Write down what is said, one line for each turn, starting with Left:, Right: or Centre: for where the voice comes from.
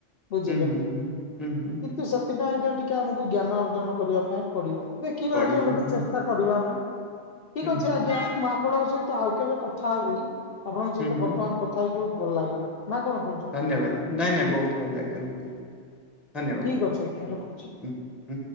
Left: ବୁଝିଲେ
Centre: ହୁଁ, ହୁଁ, ହୁଁ, ହୁଁ,
Left: କିନ୍ତୁ ସେ ସେଥିପାଇଁ ଆଜ୍ଞା ଟିକେ ଆମକୁ ଜ୍ଞାନ ଅର୍ଜନ କରିବା ପାଇଁ ପଡିବ ଦେଖିବା
Centre: ପଡ଼ିବ।
Left: ଆଜ୍ଞା ଗୋଟେ
Centre: ହୁଁ,
Left: ଚିନ୍ତା‌ କରିବା ଆମେ ଠିକ୍
Centre: ହୁଁ,
Left: ଅଛି
Centre: ହୁଁ,
Left: ଆଜ୍ଞା ମୁଁ ଆପଣଙ୍କ ସହିତ ଆଉ କେବେ କଥା ହେବି। ଆପଣଙ୍କ ସହିତ
Centre: ହୁଁ, ହୁଁ,
Left: ବର୍ତ୍ତମାନ କଥା ହେଇକି ବହୁତ୍ ଭଲ ଲାଗିଲା ନା କଣ କହୁଛ?
Centre: ଧନ୍ୟବାଦ ନାଇଁ ନାଇଁ ବହୁତ୍ ଭଲ ଲାଗିଲା ମୋତେ ବି ଧନ୍ୟବାଦ।
Left: ଠିକ୍ ଅଛି ଆଜ୍ଞା
Centre: ହୁଁ,
Left: ର କୁଚି।
Centre: ହୁଁ, ହୁଁ।